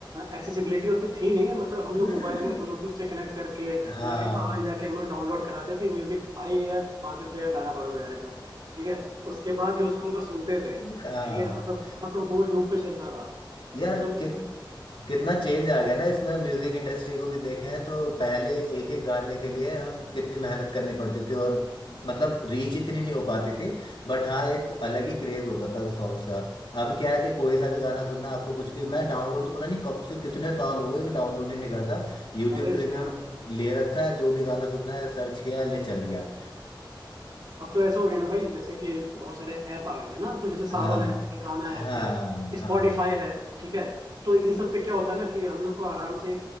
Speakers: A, on the right; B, on the left.
A: एक्सेसिबिलिटी होती थी नहीं मतलब
B: <laughs>
A: हम लोग मोबाइल में ब्लूटूथ से कनेक्ट करके
B: हाँ
A: या फिर बाहर जाके हम लोग डाउनलोड कराते थे म्यूजिक भाई यार पाँच रुपए का गाना भर दो यार इसमें ठीक है उसके बाद जो उसको हम लोग सुनते थे ठीक
B: <laughs> हाँ
A: है मतलब मतलब वो लूप पे चलता था
B: यार
A: मतलब
B: कि, कितना चेंज आ गया ना इसमें म्यूजिक इंडस्ट्री को भी देखें तो पहले एक एक गाने के लिए हम कितनी मेहनत करनी पड़ती थी और मतलब रीच इतनी नहीं हो पाती थी बट हाँ एक अलग ही क्रेज होता था सॉन्ग्स का अब क्या है कि कोई सा भी गाना सुनना है आपको कुछ भी मैं डाउनलोड तो पता नहीं कब से कितने साल हो गए कि डाउनलोड ही नहीं करता यूट्यूब
A: अरे
B: प्रीमियम
A: सेम भाई
B: ले रखा है जो भी गाना सुनना है सर्च किया ले चल गया
A: अब तो ऐसा हो गया ना भाई जैसे कि बहुत सारे ऐप आ गए हैं ना तो जैसे सावन
B: हाँ
A: ऐप है गाना
B: हाँ
A: ऐप है स्पॉटिफाई
B: हाँ
A: है ठीक है तो इन सब पे क्या होता है ना कि हम लोग को आराम से